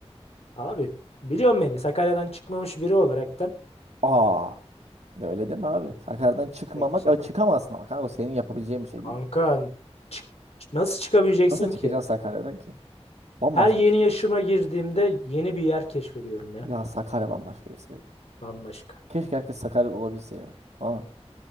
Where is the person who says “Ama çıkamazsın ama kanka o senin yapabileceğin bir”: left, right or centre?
Right